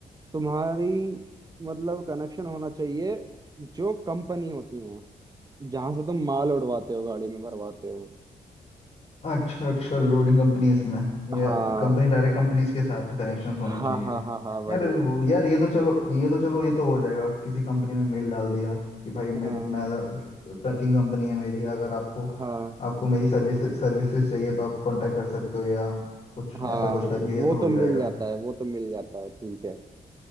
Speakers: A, on the right; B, on the left.
A: तुम्हारी मतलब कनेक्शन होना चाहिए जो कंपनी होती है जहां से तुम माल उड़वाते हो गाड़ी में भरवाते हो
B: अच्छा अच्छा लोडिंग कंपनीज में
A: हाँ
B: या कंपनी डायरेक्ट कंपनीज के साथ कनेक्शंस होने
A: हाँ
B: चाहिए
A: हाँ हाँ हाँ वही
B: यार वो- यार ये तो चलो ये तो चलो ये तो हो जाएगा किसी कंपनी में मेल डाल दिया कि भाई मैं
A: हाँ
B: मैं ट्रकिंग कंपनी है मेरी अगर आपको
A: हाँ
B: आपको मेरी सर्विस सर्विसेज चाहिए तो आप कांटेक्ट कर सकते हो या कुछ
A: हाँ
B: ऐसा कुछ करके ये
A: वो
B: तो हो
A: तो
B: जाएगा
A: मिल जाता है वो तो मिल जाता है ठीक है